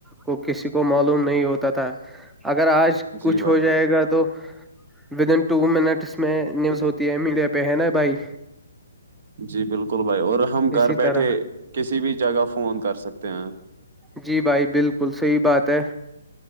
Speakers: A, in the centre; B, on the right.
A: تو کسی کو معلوم نہیں ہوتا تھا اگر آج کچھ
B: جی بھائی
A: ہو جائے گا تو ودن ٹو منٹس میں نیوز ہوتی ملے پہ ہے نا بھائی
B: جی بالکل بھائی اور ہم گھر
A: اسی
B: بیٹھے
A: طرح
B: کسی بھی جگہ فون کر سکتے ہیں
A: جی بھائی بالکل صحیح بات ہے